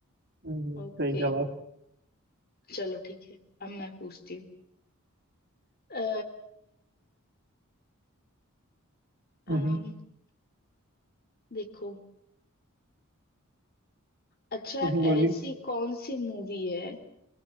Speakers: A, on the right (about 50°); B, on the left (about 45°).
A: हम्म,
B: ओके
A: सही जवाब
B: चलो ठीक है अब मैं पूछती हूँ अ, अम,
A: हम्म
B: देखो अच्छा
A: बोली
B: ऐसी कौन सी मूवी है